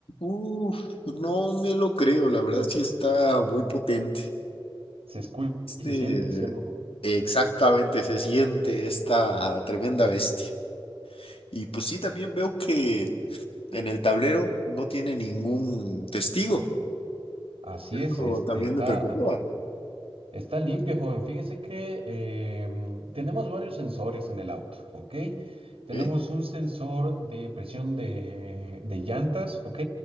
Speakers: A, on the left; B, on the right.
A: Uf, no me lo creo, la verdad sí está muy potente.
B: Se escucha
A: Este,
B: y se siente, ¿sí o no, joven?
A: exactamente, se siente esta tremenda bestia. Y pues sí, también veo que en el tablero no tiene ningún testigo.
B: Así
A: Eso
B: es, este,
A: también
B: está
A: me preocupa.
B: Está limpia, joven. Fíjese que em, tenemos varios sensores en el auto, ¿ok? Tenemos
A: ¿Eh?
B: un sensor de presión de, de llantas, ¿ok?